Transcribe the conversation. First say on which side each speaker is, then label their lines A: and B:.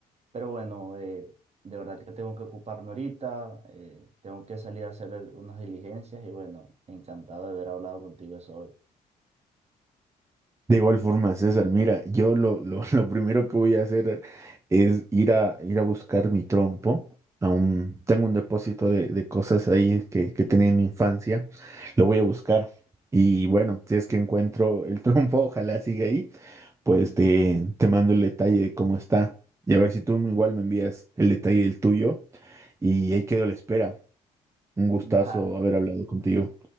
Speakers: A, on the right; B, on the right.
A: Pero bueno, eh, de verdad que tengo que ocuparme ahorita, eh, tengo que salir a hacer unas diligencias y bueno, encantado de haber hablado contigo eso hoy.
B: De igual forma, César, mira, yo lo, lo, <laughs> lo primero que voy a hacer es ir a, ir a buscar mi trompo. Aún tengo un depósito de, de cosas ahí que, que tenía en mi infancia. Lo voy a buscar. Y bueno, si es que encuentro el trompo, <laughs> ojalá siga ahí, pues te, te mando el detalle de cómo está. Y a ver si tú igual me envías el detalle del tuyo. Y ahí quedo a la espera. Un gustazo
A: Va-
B: haber hablado contigo.